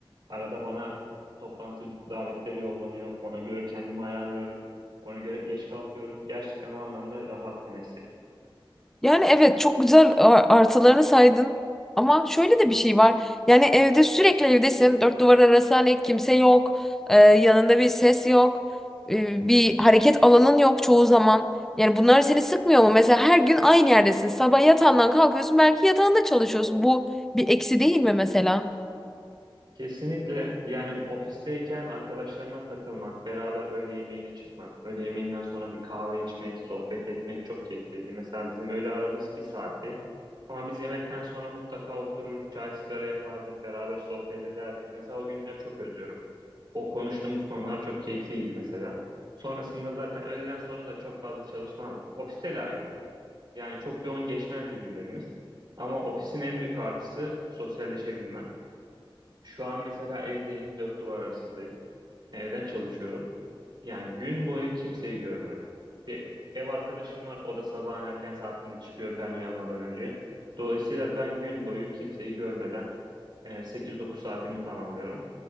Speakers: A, on the right; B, in the centre.
A: Arada bana toplantı davetleri yollanıyor. Ona göre kendimi ayarlıyorum. Ona göre geç kalkıyorum. Gerçekten o anlamda rahat bir meslek.
B: Yani evet çok güzel a- artılarını saydın ama şöyle de bir şey var. Yani evde sürekli evdesin. Dört duvar arası hani kimse yok. Ee, yanında bir ses yok. Ee, bir hareket alanın yok çoğu zaman. Yani bunlar seni sıkmıyor mu? Mesela her gün aynı yerdesin. Sabah yatağından kalkıyorsun belki yatağında çalışıyorsun. Bu bir eksi değil mi mesela?
A: Kesinlikle yani ofisteyken arkadaşlarına takılmak, beraber öğle yemeğine çıkmak, öğle yemeğinden sonra bir kahve içmek, sohbet etmek çok keyifliydi. Mesela bizim öğle aramız bir saatti. Ama biz yemekten sonra mutlaka oturur, çay sigara yapardık, beraber sohbet ederdik. Mesela o günleri çok özlüyorum. O konuştuğumuz konular çok keyifliydi mesela. Sonrasında zaten öğleden sonra da çok fazla çalışmazdık. Ofiste de aynıydı. Yani çok yoğun geçmezdi günlerimiz. Ama ofisin en büyük artısı sosyalleşebilmen. Şu an mesela evdeyim, dört duvar arasındayım. Evden çalışıyorum. Yani gün boyu kimseyi görmüyorum. Bir ev arkadaşım var, o da sabahın erken saatinde çıkıyor ben uyanmadan önce. Dolayısıyla ben gün boyu kimseyi görmeden e, 8-9 saatimi tamamlıyorum.